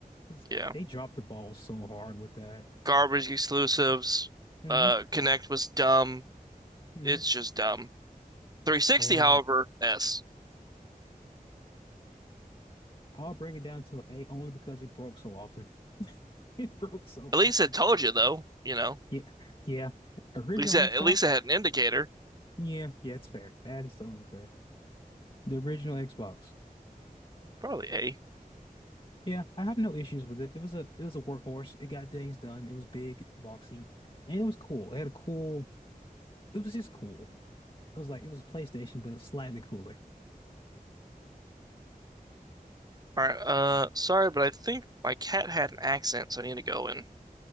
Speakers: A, on the left (about 35°); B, on the right (about 25°).
A: it's like
B: Yeah,
A: they dropped the ball so hard with that.
B: garbage exclusives.
A: hmm
B: Uh, Connect was dumb.
A: hmm
B: It's just dumb. 360,
A: And
B: however, S.
A: I'll bring it down to an A only because it broke so often. <laughs> It broke so
B: At
A: often
B: least it
A: for
B: told
A: me.
B: you though, you know.
A: Yeah. Yeah. Original
B: At least it,
A: Xbox.
B: at least it had an indicator.
A: Yeah. Yeah. It's fair. That is totally fair. The original Xbox.
B: Probably A.
A: Yeah, I have no issues with it. It was a it was a workhorse. It got things done. It was big, boxy, and it was cool. It had a cool. It was just cool. It was like it was a PlayStation, but it's slightly cooler.
B: All right. Uh, sorry, but I think my cat had an accent, so I need to go and